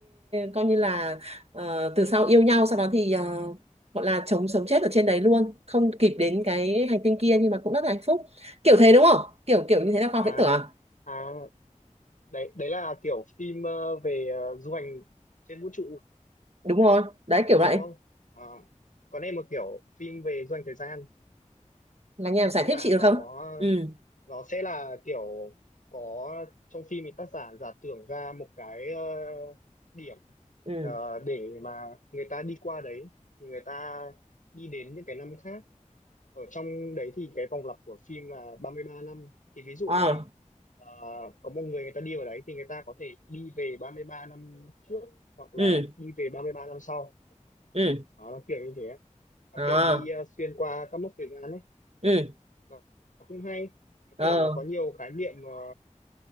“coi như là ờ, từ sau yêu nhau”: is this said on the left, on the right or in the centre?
Right